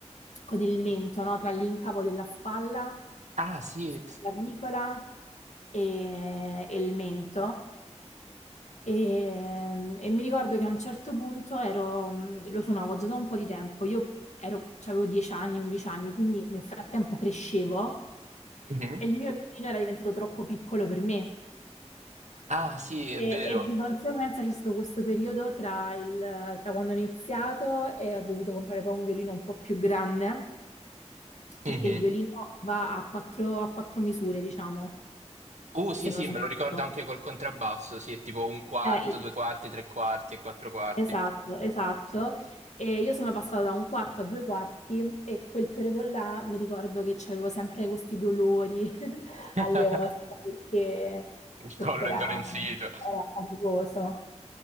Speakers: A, on the left; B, on the right.
A: con il mento, no? Tra l'incavo della spalla,
B: Ah, sì.
A: sulla clavicola e, e il mento. E, e mi ricordo che a un certo punto ero, um, lo suonavo già da un po' di tempo, io ero, avevo 10 anni, 11 anni, quindi nel frattempo crescevo
B: Mhm.
A: e il mio violino era diventato troppo piccolo per me.
B: Ah, sì, è
A: E,
B: vero.
A: e di conseguenza c'è stato questo periodo tra, il- tra quando ho iniziato e ho dovuto comprare poi un violino un po' più grande, perché
B: Mhm.
A: il violino va a quattro, a quattro misure, diciamo,
B: Uh, sì,
A: se non
B: sì,
A: sbaglio.
B: me lo ricordo anche col contrabbasso, sì, è tipo un quarto,
A: Eh, i-
B: due quarti, tre quarti e quattro quarti.
A: esatto, esatto. E io sono passata da un quarto a due quarti e quel periodo là mi ricordo che avevo sempre questi dolori <laughs>
B: <laughs>
A: alle ossa perché,
B: <laughs> Il
A: perché
B: collo
A: era,
B: indolenzito.
A: era faticoso,